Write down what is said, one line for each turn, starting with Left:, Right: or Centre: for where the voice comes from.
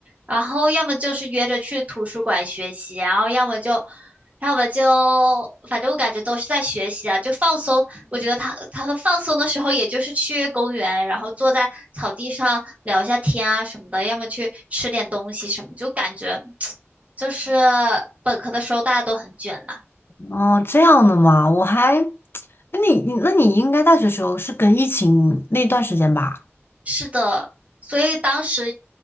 Right: 然后要么就是约着去图书馆学习，然后要么就，要么就，反正我感觉都是在学习啊，就放松。我觉得他他们放松的时候，也就是去公园，然后坐在草地上聊一下天啊什么的，要么去吃点东西什么，就感觉 <tsk> 就是本科的时候大家都很卷了。
Left: 哦，这样的嘛，我还，<tsk> 那你你那你应该大学时候是跟疫情那段时间吧？
Right: 是的，所以当时